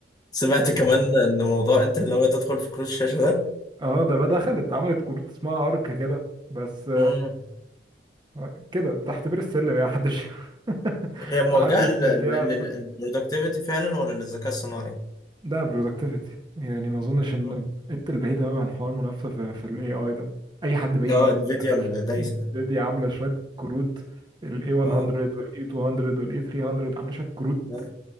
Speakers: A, on the left; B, on the right.
A: سمعت كمان ان موضوع انت اللي ناوي تدخل في كروت الشاشه ده
B: اه ده بقى دخلت عملت كروت اسمها ارك كده بس
A: مم.
B: آه، كده بتحتبر السلم يعني محدش <laughs>
A: هي موجهه
B: محدش
A: للبرودكتيفيتي
B: مديها
A: فعلا ولا للذكاء الصناعي
B: ده برودكتيفيتي يعني ما اظنش ان
A: مم.
B: انت البعيد قوي عن حوار منافسه في, في الاي اي ده اي حد بعيد
A: اه
B: ممكن
A: انفيديا
B: حتى
A: الدايسه
B: <laughs> دي عامله شويه كروت الاي 100 والاي
A: اه
B: 200 والاي 300 عامله شويه كروت
A: آه.